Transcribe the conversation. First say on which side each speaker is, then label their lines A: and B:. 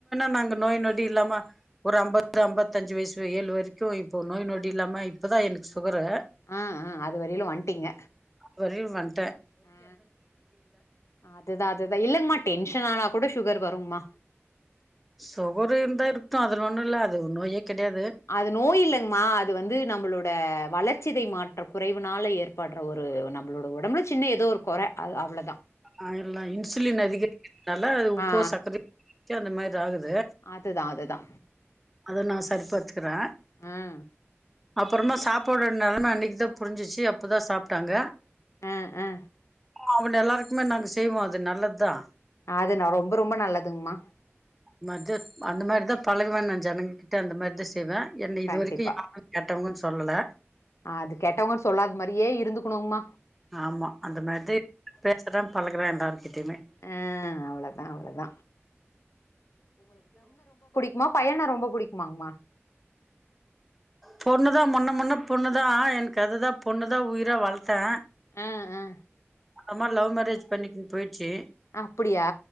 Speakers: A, in the centre; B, on the left.
A: <unintelligible> நாங்க நோய் நொடி இல்லாம ஒரு அம்பது அம்பத்தஞ்சு வயசு ஏழு வரைக்கு இப்ப நோய் நொடி இல்லாம இப்பதா எனக்கு சுகரு
B: ஆ ஆ அது வரையுலு வன்ட்டீங்க
A: வரையலு வன்
B: ஆ அதுதா அதுதா இல்லங்மா டென்ஷன் ஆனா கூட சுகர் வரும்மா
A: சுகரு இருந்தா இரு க்ட்டு அதுல ஒன்னு இல்ல அது ஒரு நோயே கெடையாது
B: அது நோய் இல்லங்மா அது வந்து நம்பளோட வளர்சிதை மாற்ற குறைவுனால ஏற்பட்ற ஒரு நம்பளோட ஒடம்புல சின்ன ஏதோ ஒரு கொற அத் அவ்ளவுதா
A: ஆ எல்லா இன்சுலின் அதிகரிக்கிறதுனால அது உப்பு
B: ஆ
A: சக்கரைக்கி அந்த மாரி ஆகுது
B: அதுதா அதுதா
A: அது நா சரி பாத்து ருக்கறே
B: ம்
A: அப்புறமா சாப்பாடோட நெலம அன்னக்கிதா புரிஞ்சிச்சு அப்பதா சாப்ட்டாங்க
B: ஆ ஆ
A: அவுங்க எல்லாருக்குமே நாங்க செய்வோ அது நல்லதுதா
B: அதுனா ரொம்ப ரொம்ப நல்லதுங்மா
A: மாரிதா அந்த மாரிதா பழகுவ நா ஜனங்க கிட்ட அந்த மாரிதா செய்வே என்ன இது
B: கண்டிப்பா
A: வரைக்கு யாரு கெட்டவங்கனு சொல்லல
B: அது கெட்டவங்கன்னு சொல்லாத மாரியே இருந்துக்கணுங்மா
A: ஆமா அந்த மாரிதே பேசுறே பழகுறே எல்லாருகிட்டையுமே
B: ஆ அவ்ளோதா அவ்ளோதா குமா பையன ரொம்ப புடிக்குமாங்மா
A: பொண்ணுதா முன்ன முன்ன பொண்ணுதா எனக்கு அதுதா பொண்ணுதா உயிரா வளத்தே
B: ஆ ஆ
A: அம்மா லவ் மேரேஜ் பண்ணிக்கினு போயிட்ச்சி
B: அப்டியா